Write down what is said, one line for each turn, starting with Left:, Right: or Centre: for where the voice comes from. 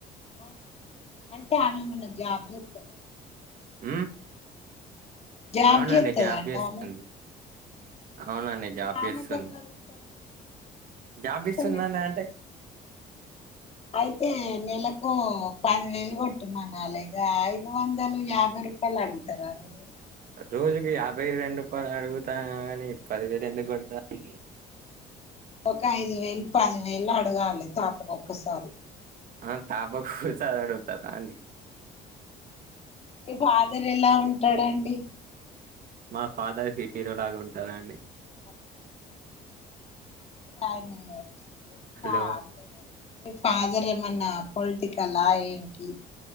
Left: ఆ అంటే ఆమె ఏమన్నా జాబ్ చెత్తర
Right: ఆమ్
Left: జాబ్
Right: అవునండి
Left: చేస్తదా
Right: జాబ్
Left: అండి
Right: చేస్తుంది
Left: ఆమె
Right: అవునండి జాబ్
Left: మరి
Right: చేస్తుంది
Left: ఆమెకి ఎక్కడ ఉంటది
Right: జాబిస్తుందానా
Left: పైసలు ఎక్కడ
Right: అంటే
Left: అయితే నెలకు పదివేలు కొట్టుమనలే ఇగ ఐదు వందలు యాభై టిప్పల్ అడుగుతారా మీరు
Right: రోజుకు యాభై రెండు రూపాయలు అడుగుతా కాని పదివేలు ఎందుకు కొడతాది
Left: ఒక ఐదు వేలు పది వేలు అడగాలి తప్పకొకసారి
Right: మనం తాపకోసారి అడుగుతారండీ
Left: మీ ఫాదర్ ఎలా ఉంటాడండి
Right: మా ఫాదర్ హీరో లాగా ఉంటారా అండి
Left: అహ అంటే ఆయనేనే ఎట్లా
Right: హలో
Left: అంటే నేను మీ ఫాదర్ ఏమన్నా పొలిటికల్ల ఏంటి